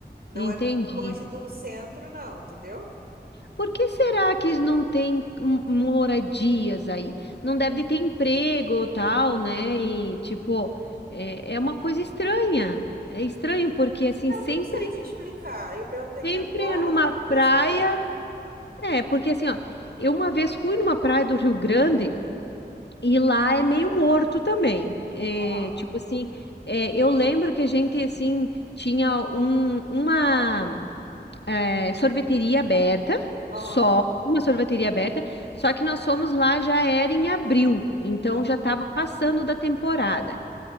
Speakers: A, on the right; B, on the left.
A: Não
B: Entendi.
A: é muito longe do centro, não, entendeu?
B: Por que será que não tem m- moradias aí? Não deve de ter emprego ou tal, né? E, tipo, é, é uma coisa estranha. É estranho porque, assim,
A: Eu
B: sempre,
A: não sei te explicar. Eu perguntei à
B: sempre
A: minha avó, ela
B: numa
A: também
B: praia.
A: não sabe.
B: É, porque, assim, ó, eu uma vez fui numa praia do Rio Grande. E lá é meio morto também. É,
A: Aham,
B: tipo assim, é, eu lembro que a gente assim tinha um- uma é, sorveteria aberta,
A: aham,
B: só uma sorveteria aberta, só que nós fomos lá já era em abril, então
A: aham.
B: já estava passando da temporada.